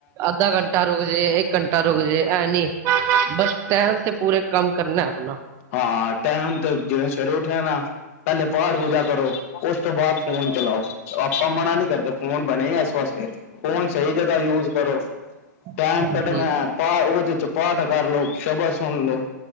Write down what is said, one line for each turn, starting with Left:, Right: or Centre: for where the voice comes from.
Right: ਅੱਧਾ ਘੰਟਾ ਰੁ ਜੇ ਇਹ ਘੰਟਾ ਰੁਕ ਜੇ ਐ ਨੀ ਬਸ ਟੈਮ ਤੇ ਪੂਰੇ ਕੰਮ ਕਰਨਾ ਆਪਣਾ।
Left: ਹਾਂ ਟੇਮ ਤੇ ਜਿਵੇਂ ਸਵੇਰੇ ਉੱਠਿਆ ਨਾ। ਪਹਿਲੇ ਪਾਠ ਪੂਜਾ ਕਰੋ ਉਸ ਤੋਂ ਬਾਅਦ ਫੋਨ ਚਲਾਓ ਆਪਾਂ ਮਨਾ ਨਹੀਂ ਕਰਦੇ ਫੋਨ ਬਣੇ ਆ ਇਸ ਵਾਸਤੇ। ਫੋਨ ਸਹੀ ਜਗ੍ਹਾ ਯੂਜ ਕਰੋ ਟੈਮ
Right: ਹਾਂਜੀ
Left: ਕੱਢਣਾ ਆ ਪਾ ਉਹਦੇ ਚ ਪਾਠ ਕਰ ਲਓ ਸ਼ਬਦ ਸੁਣ ਲਓ